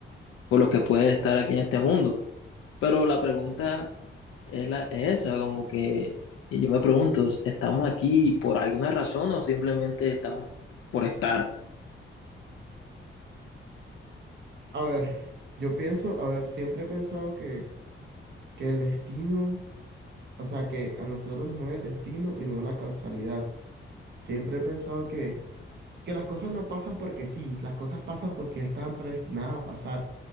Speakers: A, on the left; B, on the right.
A: por los que puede estar aquí en este mundo. Pero la pregunta es, la, es esa, como que y yo me pregunto, ¿estamos aquí por alguna razón o simplemente estamos por estar?
B: A ver, yo pienso, a ver, siempre he pensado que, que el destino, o sea, que a nosotros nos mueve el destino y no la causalidad. Siempre he pensado que que las cosas no pasan porque sí, las cosas pasan porque ya estaban predestinadas a pasar.